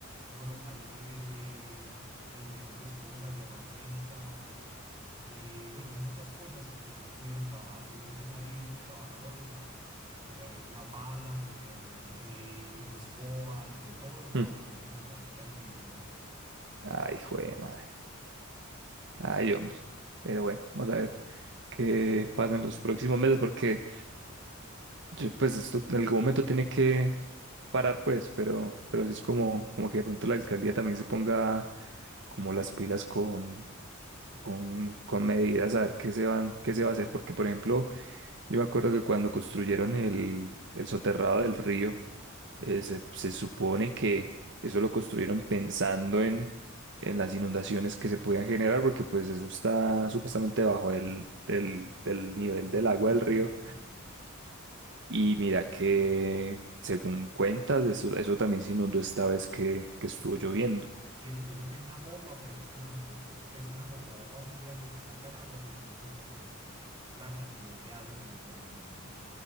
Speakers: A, on the right (about 25°); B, on the right (about 60°).
A: unos locales pues de, de, de diferentes cosas, de herramientas, de, bueno, de muchas cosas que no pudieron trabajar, tuvieron que salir los trabajadores a coger la pala, coger eh, pues escobas, de todo para
B: Mm.
A: poder intentar quitar ese lodo
B: Ay, jue de madre. Ay, hombre. Pero bueno, vamos a ver qué pasa en los próximos meses porque yo, pues esto en algún momento tiene que parar, pues, pero, pero sí es como, como que de pronto la alcaldía también se ponga como las pilas con, con, con medidas, a ver qué se van, qué se va a hacer, porque por ejemplo, yo me acuerdo que cuando construyeron el, el soterrado del río, eh, se, se supone que eso lo construyeron pensando en, en las inundaciones que se podían generar, porque pues eso está supuestamente bajo del, del, del nivel
A: del
B: del
A: nivel
B: agua
A: del
B: del
A: río,
B: río,
A: sí.
B: y mira que... Según cuentas, eso, eso también se inundó esta vez que, que estuvo lloviendo.
A: Sí, eso, eso tiene una bomba, pero es que no soportó, pues tiene una motobomba muy grande que saca el agua, pero no soportó la cantidad de agua tan impresionante.